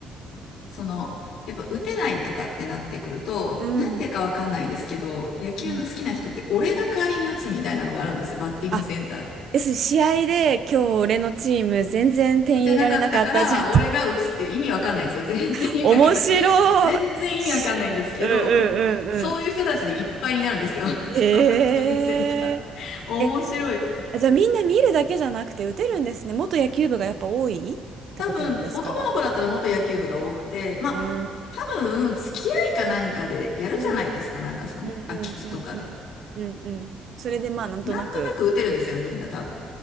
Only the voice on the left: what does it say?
その、やっぱ打てないとかってなってくると、
なんでかわかんないですけど、野球の好きな人って俺が代わりに打つみたいなのがあるんですよ、
バッティングセンターで。
打てなかったから、俺が打つって意味わかんないんですよ。全然意味わかん、
全然意味わかんないんですけど、
そういう人たちでいっぱいになるんですよ。<laughs>
そのバッティングセンターって。面白い。
多分、男の子だったら元野球部が多くて、まあ、
多分、付き合いかなんかでやるじゃないですか、
なんかその、
空き地とかで。
なんとなく打てるんですよ、みんな多分。